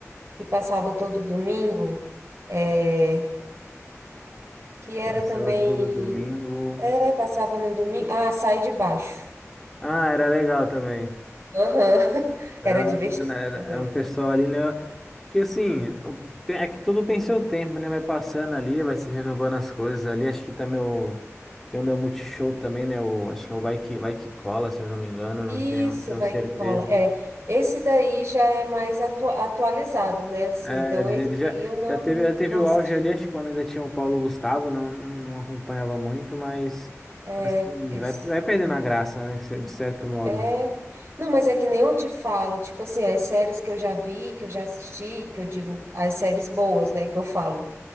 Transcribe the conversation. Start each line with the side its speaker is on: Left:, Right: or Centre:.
Right: que passava todo domingo, é, que era
Centre: Passava
Right: também,
Centre: todo domingo.
Right: é, passava no domingo. Ah, Sai de Baixo.
Centre: Ah, era legal também.
Right: Aham. <laughs>
Centre: Era,
Right: Era divertido
Centre: era,
Right: também.
Centre: era um pessoal ali, né? Que assim, o- tem- é que tudo tem seu tempo, né? Vai passando ali, vai se renovando as coisas ali. Acho que também o. Tem um da Multishow também, né? O, acho que é o Vai Que, Vai Que Cola, se eu não me engano, não
Right: Isso,
Centre: tenho, não tenho
Right: vai
Centre: certeza.
Right: que cola. É, esse daí já é mais atu- atualizado, né? Assim,
Centre: É,
Right: então
Centre: ele
Right: esse
Centre: ele já,
Right: daí eu não,
Centre: já teve, já teve
Right: não
Centre: o
Right: assisti.
Centre: auge ali, acho que quando ainda tinha o Paulo Gustavo, não, não acompanhava muito, mas
Right: É,
Centre: assim,
Right: esse,
Centre: vai, vai perdendo a graça, né? De certo modo.
Right: é. Não, mas é que nem eu te falo, tipo assim, as séries que eu já vi, que eu já assisti, que eu digo, as séries boas, né, que eu falo.